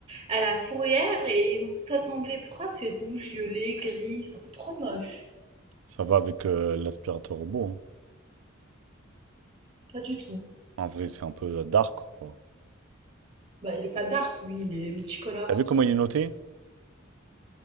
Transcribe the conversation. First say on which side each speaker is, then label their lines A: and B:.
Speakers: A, on the right (about 25°); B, on the right (about 80°).
A: à la fourrière et ils ont tout assemblé. Pourquoi c'est rouge, violet, gris Enfin, c'est trop moche.
B: Ça va avec euh, l'aspirateur robot.
A: Pas du tout.
B: hein. En vrai, c'est un peu euh, dark, quoi.
A: Bah, il est pas dark, lui, il est multicolore.
B: T'as vu comment il est noté?